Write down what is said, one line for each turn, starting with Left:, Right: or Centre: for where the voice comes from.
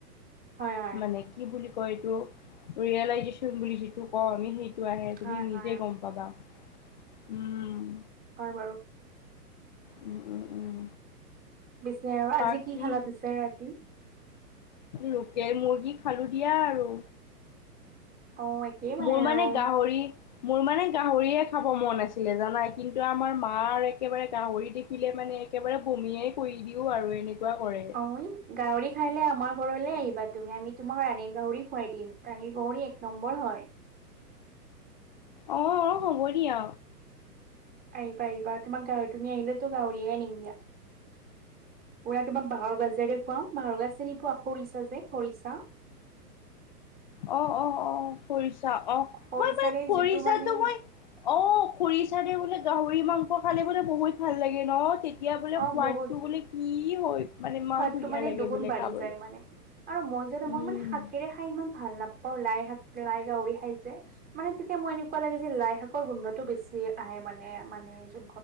Right: হয়, হয়,
Left: মানে কি বুলি কয় এইটো, ৰিয়েলাইজেচন বুলি যিটো কওঁ আমি সেই সেইটো আহে তুমি
Right: হয়,
Left: নিজে
Right: হয়,
Left: গম পাবা, উম'।
Right: হয় বাৰু।
Left: উম' উম' উম
Right: পিছে আৰু আজি
Left: বাকী
Right: কি খালা পিছে ৰাতি?
Left: লোকেল মুৰ্গী খালোঁ দিয়া আৰু।
Right: অ একেই
Left: মোৰ মানে
Right: আৰু
Left: গাহৰি মোৰ মানে গাহৰিহে খাব মন আছিলে জানাই, কিন্তু আমাৰ মাৰ একেবাৰে গাহৰি দেখি দেখিলে মানে একেবাৰে বমিয়েই কৰি দিওঁ আৰু এনেকুৱা কৰে।
Right: হয়, গাহৰি খাইলে আমাৰ ঘৰলে আহিবা তুমি, আমি তোমাক ৰাণীৰ গাহৰি খুৱাই দিম। ৰাণীৰ গাহৰি এক নম্বৰ হয়।
Left: অ' অ' হ'ব দিয়া।
Right: আহিবা-আহিবা, তোমাক গাহৰি তুমি আহিলে তো গাাহৰিয়ে আনিম দিয়া। পুৰা তোমাক বাঁহৰ গাজাৰে খুৱাম, বাঁহৰ গাজ চিনি পোৱা খৰিচা যে খৰিচা। <inaudible>
Left: অ' অ' অ' খৰিছা অ'
Right: খৰিচাৰে
Left: মই মানে খৰিছাটো
Right: যিটো মানে
Left: মই অ' খৰিচাৰে বোলে গাহৰি মাংস খালে বোলে বহুত ভাল লাগে ন। তেতিয়া বোলে
Right: অ
Left: সোৱাদটো
Right: বহুত
Left: বোলে কি হয় মানে ইমান
Right: সোৱাদটো
Left: ধুনীয়া
Right: মানে
Left: লাগে
Right: দুগুণ
Left: বোলে
Right: বাঢ়ি
Left: খাবলৈ
Right: যায় মানে। আৰু মই জানা
Left: উম
Right: মই মানে শাকেৰে খাই ইমান ভাল নাপাওঁ। লাই শাক, লাই গাহৰি খাই যে। মানে তেতিয়া মই এনেকুৱা লাগে যে লাই শাকৰ গোন্ধটো বেছি আহে মানে-মানে যে।